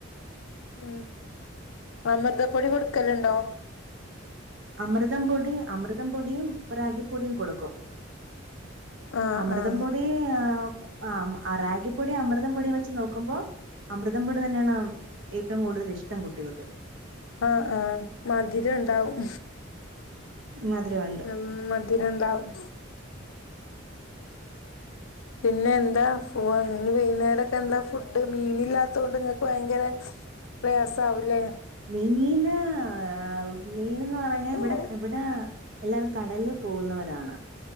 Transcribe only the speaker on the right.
അമൃതം പൊടി അമൃതം പൊടിയും റാഗിപ്പൊടിയും കൊടുക്കും
അമൃതം
പൊടി ആ അറാഗിപ്പൊടി അമൃതം പൊടിയ വെച്ച് നോക്ക നോക്കുമ്പോ അമൃതംപൊടി തന്നെയാണ് ഏറ്റവും കൂടുതൽ ഇഷ്ടം കുട്ടികൾക്ക്.
മധുരമുണ്ട്
മീന് ആ മീനെന്ന് പറഞ്ഞാ ഇവിടെക്
ഇവിടെ എല്ലാരും കടൽപോകുന്നവരാണ്.